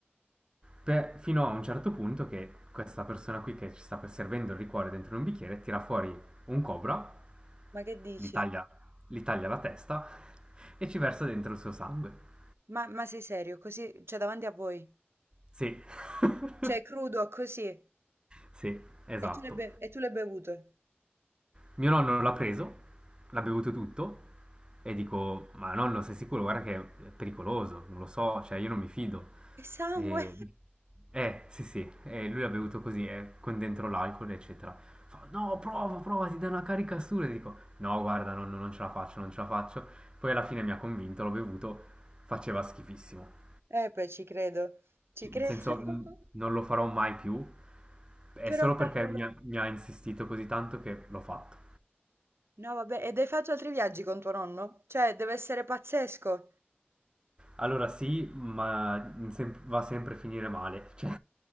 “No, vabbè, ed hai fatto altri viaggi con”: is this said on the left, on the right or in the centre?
Right